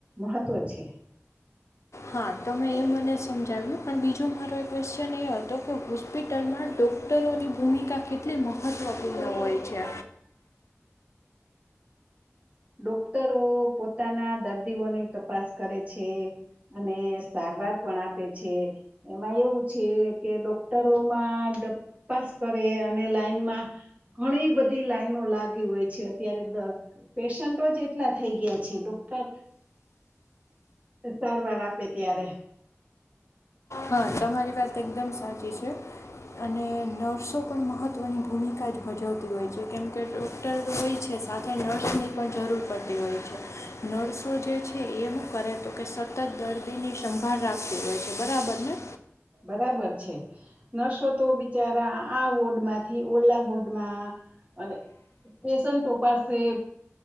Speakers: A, on the right (about 30°); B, on the left (about 75°).
A: મહત્ત્વ છે.
B: હા તમે એ મને સમજાવ્યું પણ બીજો મારો એ ક્વેશ્ચન એ હતો કે હોસ્પિટલમાં ડોક્ટરોની ભૂમિકા કેટલી મહત્ત્વપૂર્ણ હોય છે?
A: ડોક્ટરો પોતાના દર્દીઓની તપાસ કરે છે અને સારવાર પણ આપે છે. એમાં એવું છે કે ડોક્ટરોમાં ડપ્પાસ કરે અને લાઈનમાં ઘણી બધી લાઈનો લાગી હોય છે અત્યારે દ પેશન્ટો જ એટલા થઈ ગયા છે ડોક્ટર સારવાર આપે ત્યારે.
B: હા તમારી વાત એકદમ સાચી છે, અને નર્સો પણ મહત્ત્વની ભૂમિકા જ ભજવતી હોય છે કેમ કે, ડૉક્ટર હોય છે સાથે નર્સની પણ જરૂર પડતી હોય છે. નર્સો જે છે એમું કરે તો કે સતત દર્દીની સંભાળ રાખતી હોય છે બરાબર ને
A: બરાબર છે નર્સો તો બિચારા આ વોર્ડ માંથી ઓલા વોર્ડમાં અને પેશન્ટો પાસે